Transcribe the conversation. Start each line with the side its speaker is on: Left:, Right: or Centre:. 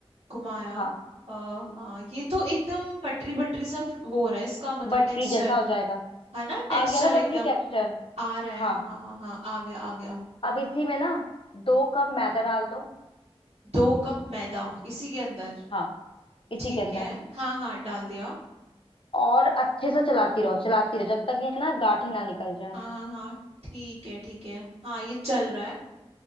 Right: घुमाया
Left: हाँ
Right: आ, हाँ ये तो एकदम बटरी बटरी सा फ- वो हो रहा है इसका मतलब
Left: बटरी
Right: टेक्सचर
Left: जैसा हो जाएगा
Right: है ना टेक्सचर
Left: आ गया ना बटरी
Right: एकदम
Left: टेक्सचर
Right: आ रहा है
Left: हाँ
Right: हाँ हाँ हाँ आ गया आ गया
Left: अब इसी में ना दो कप मैदा डाल दो
Right: दो कप मैदा इसी के अंदर
Left: हाँ इसी
Right: ठीक
Left: के अंदर
Right: है हाँ हाँ डाल दिया
Left: और अच्छे से चलाती रहो चलाती रहो जब तक ये ना गांठें ना निकल जाए
Right: हाँ हाँ हाँ ठीक है ठीक है हाँ ये चल रहा है